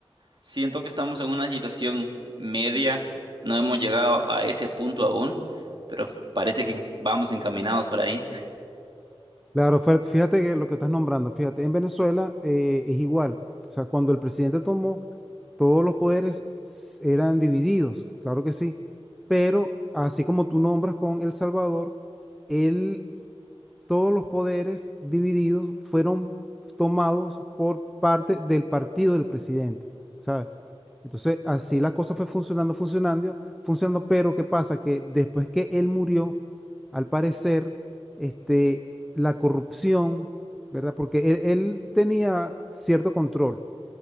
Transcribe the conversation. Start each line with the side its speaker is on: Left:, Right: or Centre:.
Right: Siento que estamos en una situación media, no hemos llegado a ese punto aún, pero parece que vamos encaminados por ahí.
Centre: Claro, fue- fíjate que lo que estás nombrando, fíjate, en Venezuela eh, es igual. O sea, cuando el presidente tomó, Todos los poderes s- eran divididos, claro que sí, pero así como tú nombras con El Salvador, él, todos los poderes divididos fueron tomados por parte del partido del presidente, ¿sabes? Entonces, así la cosa fue funcionando, funcionando, funcionando, pero ¿qué pasa? Que después que él murió, al parecer, este, la corrupción, ¿verdad? Porque él, él tenía cierto control